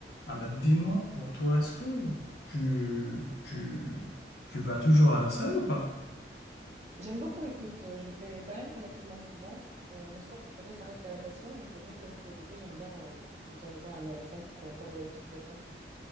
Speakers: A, on the left (about 65°); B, on the right (about 40°).
A: Ah ben, dis-moi, pour toi, est-ce que tu, tu, tu vas toujours à la salle ou pas?
B: J'aime beaucoup, écoute, euh, je le fais quand même relativement souvent. Euh, mon sport préféré, ça reste la natation, mais c'est vrai que sur le côté, j'aime bien euh, de temps en temps aller à la salle pour euh, faire de la musculation.